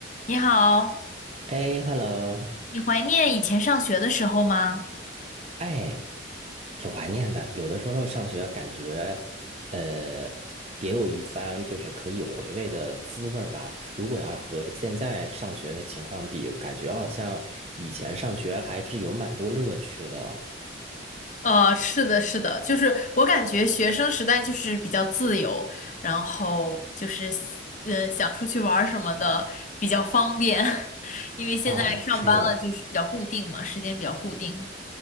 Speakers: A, on the left (about 40°); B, on the right (about 30°).
A: 你好，
B: 哎，hello，
A: 你怀念以前上学的时候吗？
B: 哎，挺怀念的。有的时候上学感觉，呃，别有一番就是可以回味的滋味儿吧。如果要是和现在上学的情况比，感觉好像以前上学还是有蛮多乐趣的。
A: 呃，是的，是的，就是我感觉学生时代就是比较自由，然后就是呃想出去玩儿什么的比较方便，<laughs> 因为现在上班了就是比较固定嘛，
B: 啊，是。
A: 时间比较固定。